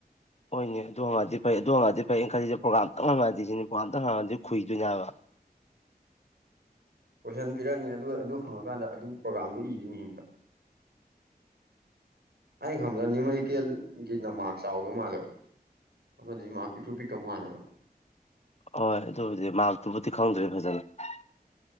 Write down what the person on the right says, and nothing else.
<unintelligible> ꯀꯣꯏꯁꯟ ꯄꯤꯔꯛꯑꯅꯤ ꯑꯗꯨꯒ ꯑꯗꯨ ꯍꯪꯉꯀꯥꯟꯗ ꯑꯗꯨ ꯄ꯭ꯔꯣꯒꯥꯝꯗꯨ ꯏꯗꯨꯣꯏꯅꯤ ꯕ <inaudible> ꯑꯩꯅ ꯈꯪꯕ꯭ꯔ ꯅꯤꯌꯨꯃꯔꯤꯀꯦꯜꯒꯤꯠꯅ ꯃꯥꯔꯛ ꯆꯥꯎꯗꯧ ꯃꯥꯜꯂꯦꯕ ꯑꯃꯖꯤ ꯃꯔꯛ ꯄꯤꯛꯇ꯭ꯔꯨ ꯄꯤꯛꯇꯧ ꯃꯥꯜꯂꯦꯕꯥ